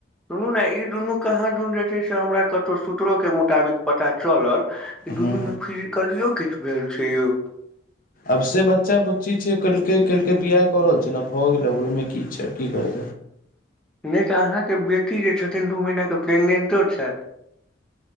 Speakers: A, in the centre; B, on the left.
A: सुनू ने ई दुनू कहाँ दुन जे छै, से हमरा कतो सूत्रोे के मुताबिक पता चलल इ
B: हूँ
A: दुनू मे फिजिकलियो किछ भेल छै यो।
B: आब से बच्चा बुच्ची छै, कहलकै - केलकै बियाह क रहल छै न। भऽ गेलै आब ओहिमे कि छै, की कर
A: नै तऽ अहाँके बेटी जे छथिन दू महिनाके प्रेगनेन्टो छैथ।